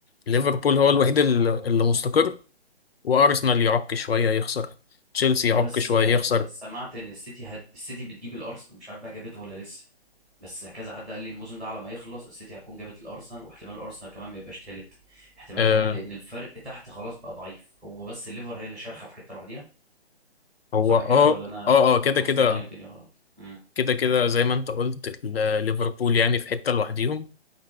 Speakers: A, on the left (about 65°); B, in the centre.
A: ليفربول هو الوحيد ال- اللي مستقر وارسنال يعك شويه يخسر تشيلسي يعك
B: لا بس
A: شويه
B: آه،
A: يخسر
B: آه، سمعت ان السيتي هد... السيتي بتجيب الارسنال مش عارف بقى جابته ولا لسه بس كذا حد قال لي الموسم ده على ما يخلص السيتي هتكون جابت الارسنال واحتمال الارسنال كمان ما يبقاش تالت احتمال
A: آه
B: كمان لان الفرق تحت خلاص بقى ضعيف هو بس الليفر هي اللي شارخه في حته لوحديها
A: هو
B: صح
A: اه
B: كده ولا انا
A: اه اه كده
B: وصلان
A: كده
B: ايه الدنيا غلط امم
A: كده كده زي ما انت قلت ال- ليفربول يعني في حته لوحديهم